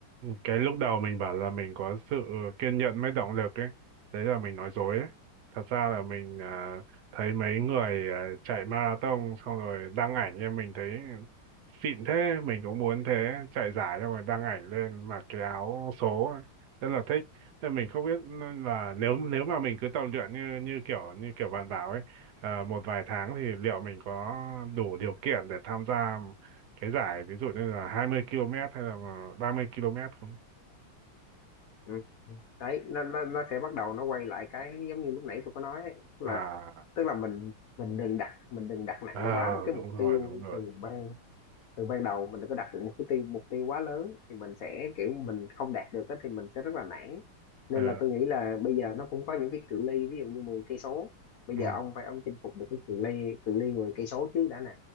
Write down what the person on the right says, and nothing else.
cái lúc đầu mình bảo là mình có sự kiên nhẫn mới động lực ấy đấy là mình nói dối ấy thật ra là mình à, thấy mấy người à, chạy marathon xong rồi đăng ảnh em mình thấy xịn thế mình cũng muốn thế chạy giải xong rồi đăng ảnh lên mặc cái áo số ấy rất là thích nên mình không biết là nếu nếu mà mình cứ tập luyện như như kiểu như kiểu bạn bảo ấy à, một vài tháng thì liệu mình có đủ điều kiện để tham gia cái giải ví dụ như là 20 km hay là mà 30 km không
à
ờ,
đúng
rồi
đúng rồi
ờ
ừ